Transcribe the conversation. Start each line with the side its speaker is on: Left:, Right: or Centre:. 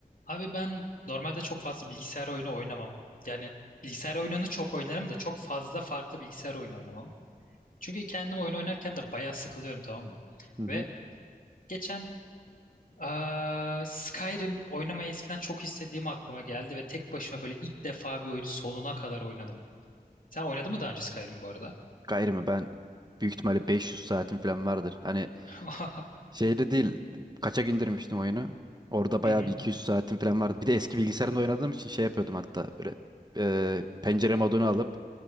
Left: Abi ben normalde çok fazla bilgisayar oyunu oynamam. Yani bilgisayar oyununu çok oynarım da çok fazla farklı bilgisayar oyunu oynamam. Çünkü kendim oyun oynarken de bayağı sıkılıyorum tamam mı?
Right: Hı hı.
Left: Ve geçen eee, Skyrim oynamayı eskiden çok istediğim aklıma geldi ve tek başıma böyle ilk defa bir oyunu sonuna kadar oynadım. Sen oynadın mı daha önce Skyrim bu arada?
Right: Gayrı mı? Ben büyük ihtimalle 500 saatim falan vardır. Hani
Left: <laughs> Hı
Right: şeyde değil. Kaçak indirmiştim oyunu. Orada bayağı
Left: hı.
Right: bir 200 saatim falan vardı. Bir de eski bilgisayarımda oynadığım için şey yapıyordum hatta böyle e, pencere modunu alıp